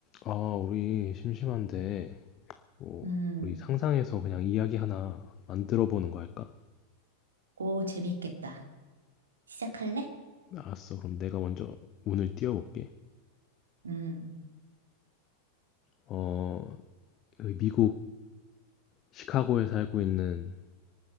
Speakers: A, on the left; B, on the right.
A: 아, 우리 심심한데, 뭐,
B: 음,
A: 우리 상상해서 그냥 이야기 하나 만들어 보는 거 할까?
B: 오, 재밌겠다. 시작할래?
A: 알았어. 그럼 내가 먼저 운을 띄워볼게.
B: 음,
A: 어, 그 미국 시카고에 살고 있는